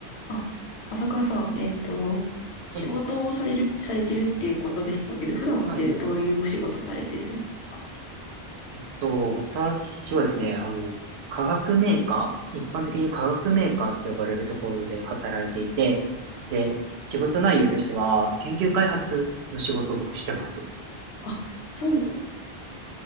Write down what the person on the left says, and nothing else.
あ、浅川さん、えっと、仕事をされる、
されてるっていうことでしたけど、普段ってどういうお仕事されてるんですか
あ、そう